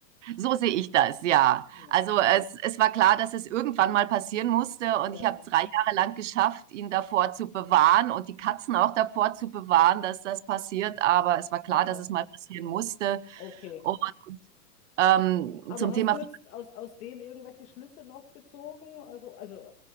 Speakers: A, on the right; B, on the left.
A: So sehe ich das, ja.
B: Ja,
A: Also es, es war klar, dass es irgendwann mal passieren musste und
B: ja,
A: ich habe drei Jahre lang geschafft, ihn davor zu bewahren und die Katzen auch davor zu bewahren, dass das passiert. Aber es war klar,
B: aha,
A: dass es mal passieren musste.
B: okay.
A: Und ähm,
B: Aber
A: zum
B: hast
A: Thema
B: du jetzt aus, aus dem irgendwelche Schlüsse noch gezogen? Also, also